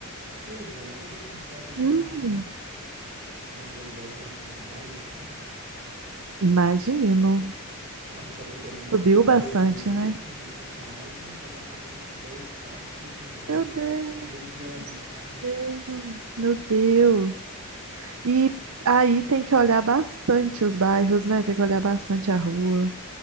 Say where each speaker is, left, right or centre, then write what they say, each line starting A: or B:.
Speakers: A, on the right (about 45°); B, on the right (about 65°).
A: pois é, eu tô vendo umas casas aqui
B: Hum,
A: em BH. Nossos aluguéis eu tô achando assim caríssimos.
B: imagino.
A: Ah, o pessoal tá querendo
B: Subiu
A: dois
B: bastante,
A: mil
B: né?
A: e quinhentos reais nos apartamentos de dois quartos, nos bairros
B: Meu Deus,
A: medianos, sabe?
B: meu Deus, meu Deus. E aí tem que olhar bastante os bairros, né? Tem que olhar bastante a rua.